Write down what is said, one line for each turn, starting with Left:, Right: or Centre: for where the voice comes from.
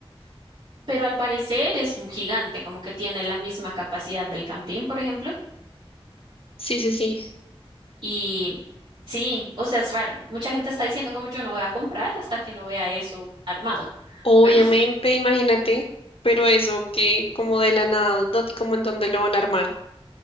Right: Pero al parecer es un gigante, como que tiene la misma capacidad del Campín, por ejemplo.
Left: sí, sí, sí.
Right: Y sí, o sea, es raro. Mucha gente está diciendo como yo no voy a comprar hasta que no vea eso armado.
Left: Obviamente,
Right: Pero
Left: imagínate, pero eso que como de la nada, ¿dónde, como en dónde lo van a armar?